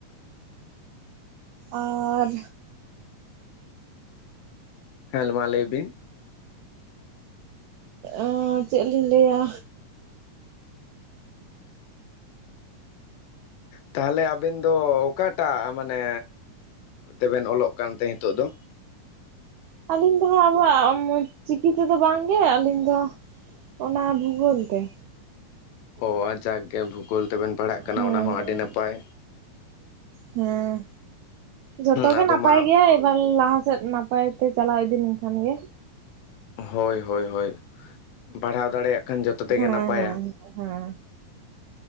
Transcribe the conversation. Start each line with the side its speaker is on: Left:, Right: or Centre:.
Right: ᱟᱨ
Left: ᱦᱮᱸᱞ ᱢᱟ ᱞᱟᱹᱭ ᱵᱤᱱ᱾
Right: ᱮᱸ ᱪᱮᱫ ᱞᱤᱧ ᱞᱟᱹᱭᱟ?
Left: ᱛᱟᱦᱚᱞᱮ ᱟᱵᱤᱱ ᱫᱚ ᱚᱠᱟᱴᱟᱜ ᱢᱟᱱᱮ ᱛᱮᱵᱮᱱ ᱚᱞᱚᱜ ᱠᱟᱱ ᱛᱮ ᱦᱤᱛᱚᱜ ᱫᱚ?
Right: ᱟᱹᱞᱤᱧ ᱫᱚ ᱦᱟᱸᱜ ᱟᱵᱚᱣᱟᱜ ᱪᱤᱠᱤ ᱛᱮᱫᱚ ᱵᱟᱝᱜᱮ ᱟᱹᱞᱤᱧ ᱫᱚ ᱚᱱᱟ ᱵᱷᱩᱜᱳᱞ ᱛᱮ᱾
Left: ᱚ ᱡᱟᱠ ᱜᱮ ᱵᱷᱩᱜᱳᱞ ᱛᱮᱵᱮᱱ ᱯᱟᱲᱦᱟᱜ ᱠᱟᱱᱟ
Right: ᱦᱮᱸ
Left: ᱚᱱᱟ ᱦᱚᱸ
Right: ᱦᱮᱸ
Left: ᱟᱹᱰᱤ ᱱᱟᱯᱟᱭ᱾
Right: ᱦᱮᱸ ᱡᱷᱚᱛᱚ ᱜᱮ
Left: ᱟᱫᱚ
Right: ᱱᱟᱯᱟᱭ
Left: ᱢᱟ
Right: ᱜᱮᱭᱟ ᱮᱵᱟᱨ ᱞᱟᱦᱟ ᱥᱮᱫ <unintelligible> ᱯᱟᱭ ᱛᱮ ᱪᱟᱞᱟᱣ ᱤᱫᱤ ᱞᱮᱱᱠᱷᱟᱱ ᱜᱮ᱾
Left: ᱦᱳᱭ ᱦᱳᱭ ᱦᱳᱭ ᱯᱟᱲᱦᱟᱣ ᱫᱟᱲᱮᱭᱟᱜ ᱠᱷᱟᱱ ᱡᱚᱛᱚ ᱛᱮᱜᱮ
Right: ᱦᱮᱸ
Left: ᱱᱟᱯᱟᱭᱟ
Right: ᱦᱮᱸ, ᱦᱮᱸ᱾